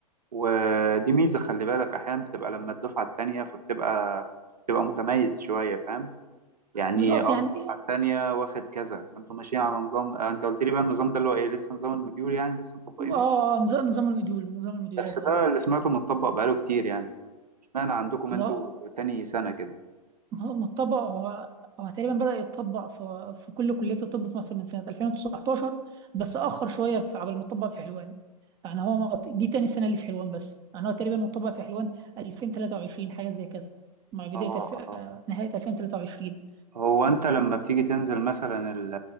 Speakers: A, on the right; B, on the right.
A: ودي ميزه خلي بالك احيانا بتبقى لما الدفعه التانيه فبتبقى بتبقى متميز شويه فاهم يعني
B: بالظبط
A: اه
B: يعني
A: الدفعه التانيه واخد كذا فانتوا ماشيين على نظام آه، انت قلت لي بقى النظام ده اللي هو ايه لسه نظام الموديول يعني لسه مطبقينه
B: اه نظام نظام المديول نظام المديولات
A: بس
B: اه
A: ده اللي سمعته متطبق بقاله كتير يعني اشمعنى عندكم
B: هو
A: انتوا تاني سنه كده
B: ما هو ما اتطبق هو هو تقريبا بدأ يتطبق في في كل كليات الطب في مصر من سنة 2019 بس أخر شوية في قبل ما اتطبق في حلوان يعني هو ما- دي تاني سنة اللي في حلوان بس يعني هو تقريبا متطبق في حلوان 2023 حاجة زي كده مع بداية
A: اه
B: الف... آه،
A: آه.
B: نهاية 2023
A: هو انت لما بتيجي تنزل مثلا ال-